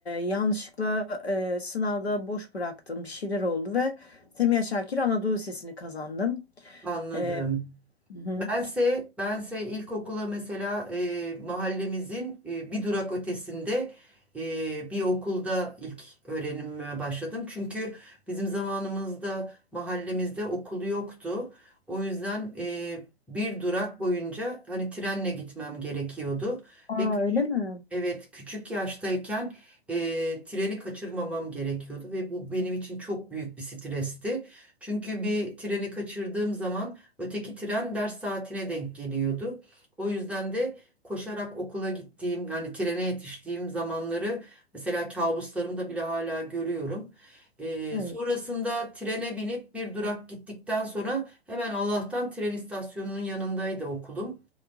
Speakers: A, on the left (about 80°); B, in the centre.
A: yanlışlıkla eee, sınavda boş bıraktım. Bir şeyler oldu ve Semiha Şakir Anadolu Lisesi'ni kazandım.
B: Anladım.
A: Eee, hı hı.
B: Bense, bense ilkokula mesela e, mahallemizin e, bir durak ötesinde e, bir okulda ilk öğrenimime başladım. Çünkü bizim zamanımızda mahallemizde okul yoktu. O yüzden e, bir durak boyunca hani trenle gitmem gerekiyordu.
A: Aa
B: Ve
A: öyle mi?
B: Evet, küçük yaştayken eee, treni kaçırmamam gerekiyordu ve bu benim için çok büyük bir stresti. Çünkü bir treni kaçırdığım zaman öteki tren ders saatine denk geliyordu. O yüzden de koşarak okula gittiğim yani trene yetiştiğim zamanları mesela kabuslarımda bile hala görüyorum. Eee,
A: Hayır.
B: sonrasında trene binip bir durak gittikten sonra hemen Allah'tan tren istasyonunun yanındaydı okulum.